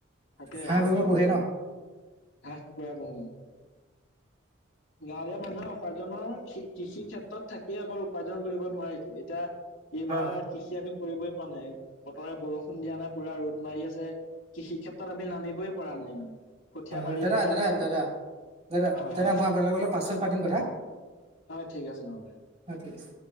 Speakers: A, on the left; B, on the right.
A: থাকে
B: হাঁহ
A: আমাৰ
B: কুকুৰা
A: জীৱ
B: পোহে
A: জন্তু
B: ন অ
A: হাঁহ কুকৰা বহ গাঁৱৰে মানুহে উপাৰ্জনৰ কৃষি ক্ষেত্ৰত থাকিয় অকল উপাৰ্জন কৰিব নোৱাৰিতো, এতিয়া এইবাৰ
B: হয় হয়
A: কৃষি আমি কৰিবই পোৱা নাই বতৰে বৰষুণ দিয়া নাই পুৰা ৰ'দ মাৰি আছে। কৃষি ক্ষেত্ৰত আমি নামিবই পৰা নাই মানে। কঠীয়া
B: হয়,
A: পাৰি
B: হয়, দাদা
A: থোৱাই
B: দাদা
A: আছে
B: দাদা দাদা
A: হয়
B: দাদা
A: হয়
B: মই আপোনালোকৰ অলপ পাছত পাতিম কথা।
A: হয় ঠিক আছে হবদে।
B: অ ঠিক আছে